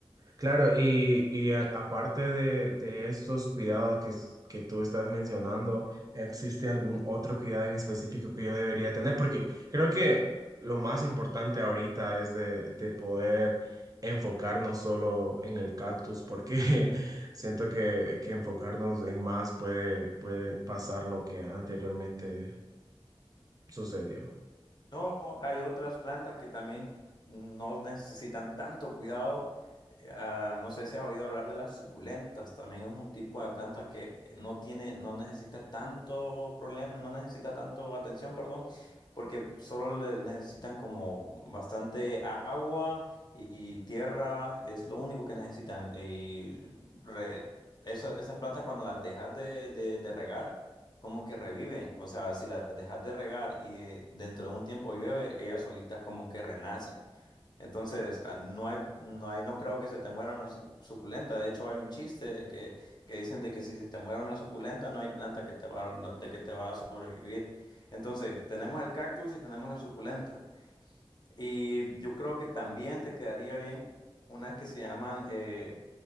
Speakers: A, on the right (about 35°); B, on the left (about 45°).
A: Claro, y, y a- aparte de, de estos cuidados que, s- que tú estás mencionando, ¿existe algún otro cuidado en específico que yo debería tener? Porque creo que lo más importante ahorita es de, de poder enfocarnos solo en el cactus, porque <laughs> siento que, que enfocarnos en más puede, puede pasar lo que anteriormente sucedió.
B: No, hay otras plantas que también no necesitan tanto cuidado. Eh, ah, no sé si has oído hablar de las suculentas. También es un tipo de planta que eh, no tiene, no necesita tanto problema, no necesita tanto atención, perdón, porque solo le necesitan como bastante a- agua y tierra. Es lo único que necesitan. Y re- esa- esas plantas cuando las dejas de de- de regar como que reviven. O sea, si las dejas de regar y eh, dentro de un tiempo llueve, ellas solitas como que renacen. Entonces, ah, no hay, no hay, no creo que se te muera una sucu- suculenta. De hecho, hay un chiste de que, que dicen de que si se te muere una suculenta, no hay planta que te va, a- no- de que te va a sobrevivir. Entonces, tenemos el cactus y tenemos la suculenta. Y yo creo que también te quedaría bien unas que se llaman eh,